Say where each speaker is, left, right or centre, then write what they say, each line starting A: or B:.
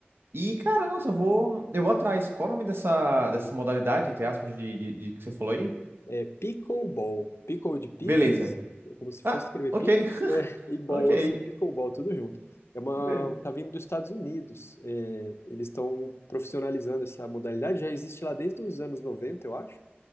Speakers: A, on the right; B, on the left.
A: E, cara, nossa, eu vou, eu vou atrás. Qual o nome dessa, dessa modalidade, entre aspas, de, de, de que você falou aí?
B: É Pickleball. Pickle de picles,
A: Beleza.
B: é como se
A: Ah,
B: fosse escrever
A: ok.
B: picles,
A: <laughs>
B: é, <laughs> e ball,
A: Ok.
B: assim, pickleball, tudo junto. É uma,
A: Bem,
B: tá vindo dos Estados Unidos. é, eles estão profissionalizando essa modalidade, já existe lá desde os anos 90, eu acho,